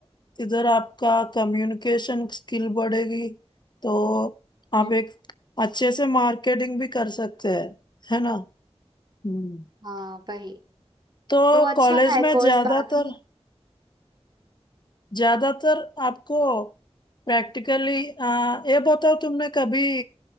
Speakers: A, on the left (about 40°); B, on the right (about 40°).
A: इधर आपका कम्युनिकेशन स्किल बढ़ेगी तो आप
B: हम्म।
A: एक अच्छे से मार्केटिंग भी कर सकते हैं है ना हम्म।
B: हाँ वही
A: तो
B: तो अच्छा
A: कॉलेज
B: है
A: में
B: कोर्स
A: ज्यादातर
B: बाकी
A: ज्यादातर आपको प्रैक्टिकली ये बताओ तुमने कभी